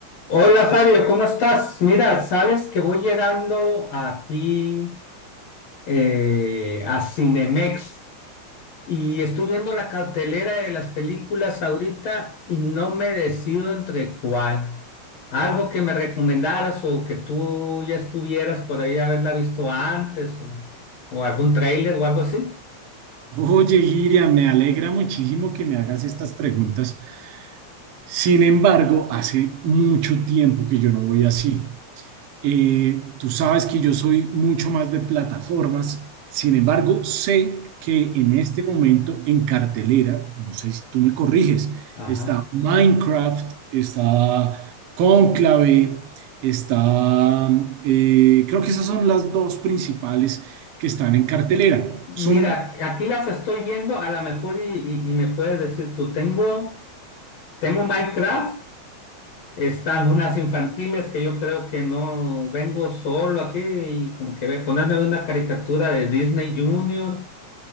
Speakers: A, on the left (about 85°); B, on the right (about 85°).
A: Hola Fabio, ¿cómo estás? Mira, sabes que voy llegando aquí eh, a Cinemex y estoy viendo la cartelera de las películas ahorita y no me decido entre cuál. Algo que me recomendaras o que tú ya estuvieras por ahí haberla visto antes o, o algún tráiler o algo así.
B: Oye, Iria, me alegra muchísimo que me hagas estas preguntas. Sin embargo, hace mucho tiempo que yo no voy a cine. Eh, tú sabes que yo soy mucho más de plataformas. Sin embargo, sé que en este momento en cartelera, no sé si tú me corriges,
A: Ajá.
B: está Minecraft, está Cónclave, está... eh, creo que esas son las dos principales que están en cartelera.
A: Mira,
B: Son
A: aquí las estoy viendo, a lo mejor y, y- y me puedes decir tú, tengo, tengo Minecraft. Están unas infantiles que yo creo que no vengo solo aquí y como que ve- ponerme una caricatura de Disney Junior